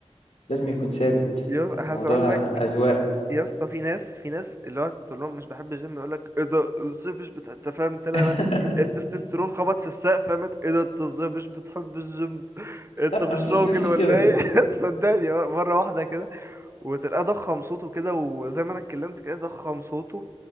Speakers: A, on the left; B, on the right.
A: لازم يكون ثابت
B: يو-
A: الموضوع
B: عايز أقولك
A: اذواق
B: يا اسطى في ناس في ناس اللي هو تقول لهم مش بحب الجيم يقول لك ايه ده ازاي مش بتحب انت فاهم تلاقي
A: <laughs>
B: بقى التستوستيرون خبط في السقف فهمت ايه ده انت ازاي مش بتحب الجيم <laughs> انت
A: لا
B: مش
A: مفيش
B: راجل
A: مفيش
B: ولا
A: كده
B: ايه <laughs> صدقني مره واحده كده وتلاقيه ضخم صوته كده وزي ما انا اتكلمت كده ضخم صوته